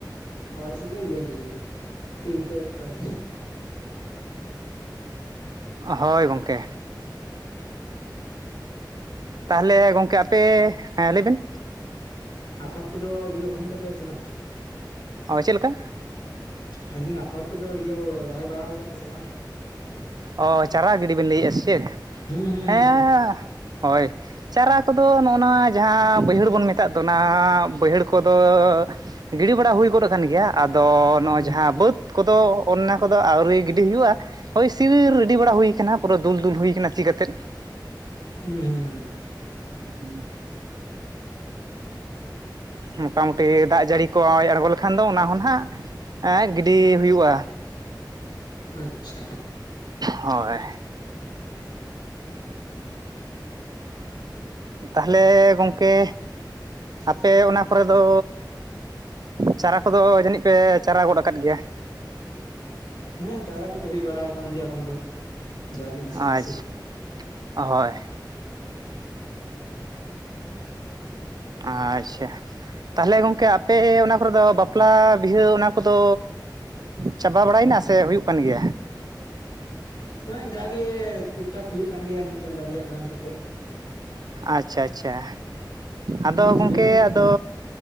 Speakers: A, on the left; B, on the right.
A: ᱦᱚᱲ ᱥᱩᱫᱟᱹ ᱤᱭᱟ. ᱞᱟ. ᱜᱤᱛ ᱞᱤᱞᱠᱟ. ᱮᱫ ᱠᱚᱣᱟᱭ,
B: ᱦᱳᱭ ᱜᱚᱝᱠᱮ ᱛᱟᱦᱚᱞᱮ ᱜᱚᱝᱠᱮ ᱯᱮ ᱦᱮᱸ ᱞᱟᱹᱭ ᱵᱮᱱ,
A: ᱟᱯᱷᱚᱨ ᱠᱚᱫᱚ ᱤᱭᱟᱹ ᱦᱩᱭᱮᱱ ᱛᱟᱯᱮᱭᱟ ᱥᱮ ᱵᱟᱝ?
B: ᱚ ᱪᱮᱫ ᱞᱮᱠᱟ?
A: ᱢᱮᱱᱫᱟᱹᱧ ᱟᱯᱷᱚᱨ ᱠᱚᱫᱚ ᱤᱭᱟᱹ ᱨᱚᱦᱚᱭ ᱵᱟᱲᱟ ᱠᱮᱫᱟ ᱯᱮ ᱥᱮ ᱵᱟᱝ?
B: ᱚ ᱪᱟᱨᱟ ᱜᱤᱰᱤ ᱵᱮᱱ ᱞᱟᱹᱭᱮᱫᱼᱟ ᱥᱮᱪᱮᱫ
A: ᱦᱩᱸ ᱦᱩᱸ
B: ᱦᱮᱸ,
A: ᱦᱩᱸ
B: ᱦᱳᱭ ᱪᱟᱨᱟ ᱠᱚᱫᱚ ᱱᱚᱜᱼᱚᱱᱟ ᱡᱟᱦᱟᱸ ᱵᱟᱹᱭᱦᱟᱹᱲ ᱵᱚᱱ ᱢᱮᱛᱟᱜ ᱫᱚ ᱚᱱᱟ ᱵᱟᱹᱭᱦᱟᱹᱲ ᱠᱚ ᱠᱚᱫᱚ ᱜᱤᱲᱤ ᱵᱟᱲᱟ ᱦᱩᱭ ᱜᱚᱫ ᱟᱠᱟᱱ ᱜᱮᱭᱟ ᱟᱫᱚ ᱱᱚᱜᱼᱚᱭ
A: ᱦᱩᱸ
B: ᱡᱟᱦᱟᱸ ᱵᱟᱹᱫᱽ ᱠᱚᱫᱚ ᱚᱱᱱᱟ ᱠᱚᱫᱚ ᱟᱹᱣᱨᱤ ᱜᱤᱰᱤ ᱦᱩᱭᱩᱜᱼᱟ, ᱦᱳᱭ ᱥᱤ ᱨᱮᱰᱤ ᱵᱟᱲᱟ ᱦᱩᱭ ᱠᱟᱱᱟ ᱯᱩᱨᱟᱹ ᱫᱩᱞᱼ ᱫᱩᱞ ᱦᱩᱭᱠᱟᱱᱟ ᱥᱤ ᱠᱟᱛᱮᱫ,
A: ᱦᱩᱸ ᱦᱩᱸ᱾
B: ᱦᱩᱸ, ᱢᱚᱴᱟᱢᱩᱴᱤ ᱫᱟᱜ ᱡᱟᱹᱲᱤ ᱠᱚᱜ ᱟᱬᱜᱚ ᱠᱷᱟᱱ ᱫᱚ ᱚᱱᱟ ᱦᱚᱸ ᱱᱟᱦᱟᱜ ᱜᱤᱰᱤ ᱦᱩᱭᱩᱜᱼᱟ᱾
A: ᱟᱪᱪᱷᱟ᱾
B: ᱦᱳᱭ᱾
A: <inaudible>
B: <inaudible> ᱛᱟᱦᱞᱮ ᱜᱚᱝᱠᱮ
A: <unintelligible>
B: ᱟᱯᱮ ᱚᱱᱟ ᱠᱚᱨᱮ ᱫᱚ ᱪᱟᱨᱟ ᱠᱚᱫᱚ ᱡᱟᱹᱱᱤᱡ ᱯᱮ ᱪᱟᱨᱟ ᱜᱚᱫ ᱟᱠᱟᱫ ᱜᱮᱭᱟ?
A: ᱦᱮᱸ ᱪᱟᱨᱟ ᱠᱚᱫᱚ ᱦᱩᱭ ᱵᱟᱲᱟ ᱟᱠᱟᱱ ᱜᱮᱭᱟ ᱮᱠᱷᱚᱱ ᱫᱚ᱾ ᱡᱟᱜᱮ ᱱᱟᱥᱮ
B: ᱟᱪᱷ
A: ᱱᱟᱥᱮ
B: ᱦᱚᱭ᱾ ᱟᱪᱪᱷᱟ᱾ ᱛᱟᱞᱦᱮ ᱜᱚᱝᱠᱮ ᱟᱯᱮ ᱚᱱᱟ ᱠᱚᱨᱮ ᱫᱚ ᱵᱟᱯᱞᱟ ᱵᱤᱦᱟᱹ ᱚᱱᱟ ᱠᱚᱫᱚ ᱪᱟᱵᱟ ᱵᱟᱲᱟᱭᱮᱱᱟ ᱥᱮ ᱦᱩᱭᱩᱜ ᱠᱟᱱ ᱜᱮᱭᱟ?
A: ᱱᱚᱜᱼᱚᱭ ᱡᱟᱜᱮ ᱴᱩᱠ ᱴᱟᱠ ᱦᱩᱭᱩᱜ ᱠᱟᱱ ᱜᱮᱭᱟ ᱢᱤᱫᱴᱮᱝ ᱵᱟᱨᱭᱟ ᱜᱟᱱ ᱠᱟᱛᱮᱜ।
B: ᱟᱪᱪᱷᱟ ᱟᱪᱪᱷᱟ ᱟᱫᱚ
A: ᱦᱩᱸ
B: ᱜᱚᱝᱠᱮ
A: ᱡᱮᱢᱱᱤ
B: ᱛᱚ